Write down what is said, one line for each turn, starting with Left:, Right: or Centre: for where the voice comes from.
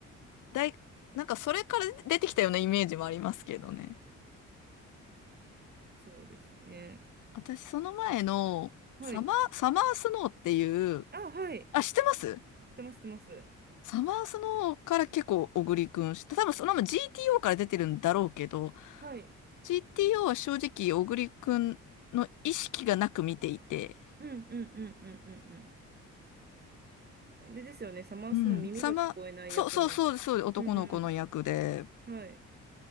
Left: だい、なんかそれから出てきたようなイメージもありますけどね。
Right: そうですね。
Left: 私その前の、
Right: はい。
Left: サマー、サマースノーっていう、
Right: あ、はい。
Left: あ、知ってます
Right: 知ってます、知ってます。
Left: サマースノーから結構小栗くん知った。多分そのまま GTO から出てるんだろうけど、
Right: はい。
Left: GTO は正直小栗くんの意識がなく見ていて、
Right: うんうんうんうんうんうん。あれですよね、サマースの耳が聞こえない役の。
Left: うん、サマ、そうそうそうです、そうです、男の子の役で、
Right: うんうん。はい。